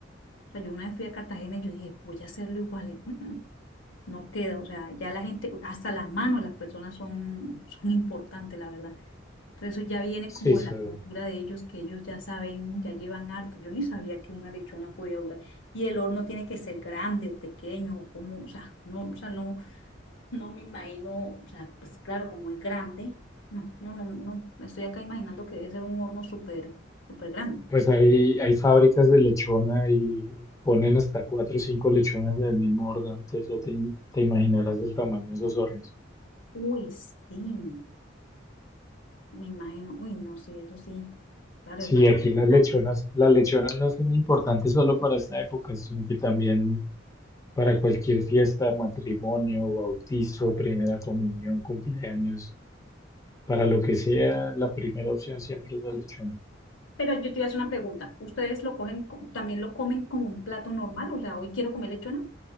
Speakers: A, on the left (about 85°); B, on the left (about 15°).
A: O sea, yo una vez fui a Cartagena y yo dije, voy a hacerlo igual. y, "Mm, mm, no queda, o sea, ya la gente, hasta las manos, las personas son, <laughs> son importantes, la verdad. Entonces eso ya viene
B: Sí,
A: como
B: eso-
A: de la cultura de ellos, que ellos ya saben, ya llevan harto. Yo ni sabía que una lechona podía durar. Y el horno tiene que ser grande o pequeño, o como, o sea, no, o sea, no, no me imagino, o sea, pues claro, como es grande. No, no, no, no, me estoy acá imaginando que debe ser un horno súper, súper grande.
B: pues hay, hay fábricas de lechona y ponen hasta cuatro o cinco lechonas del mismo orden, entonces ya te, te imaginarás el tamaño de esos hornos.
A: Uy, sí. Me imagino, uy, no, sí, eso sí, claro,
B: Sí,
A: es bastante
B: aquí las
A: grande.
B: lechonas, las lechonas no son importantes solo para esta época, sino que también para cualquier fiesta, matrimonio, bautizo, primera comunión, cumpleaños, para lo que sea, la primera opción siempre es la lechona.
A: Pero yo te iba a hacer una pregunta, ¿ustedes lo cogen, co- también lo comen como un plato normal? O sea, hoy quiero comer lechona.